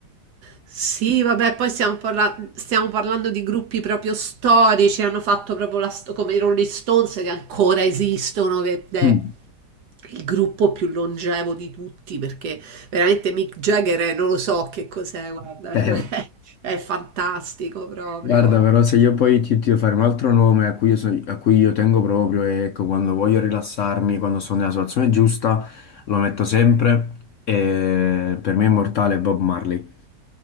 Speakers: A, on the right; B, on the left.
A: Sì, vabbè, poi stiamo, parla- stiamo parlando di gruppi proprio storici, hanno fatto proprio la sto- come i Rolling Stones che ancora esistono, che è
B: Mm.
A: il gruppo più longevo di tutti, perché veramente Mick Jagger è- non lo so che cos'è, guarda,
B: Eh,
A: cioè, <laughs> è fantastico proprio.
B: guarda, però se io poi ti ti devo fare un altro nome a cui io, so- a cui io tengo proprio, e ecco, quando voglio rilassarmi, quando sono nella situazione giusta, lo metto sempre e per me è immortale Bob Marley.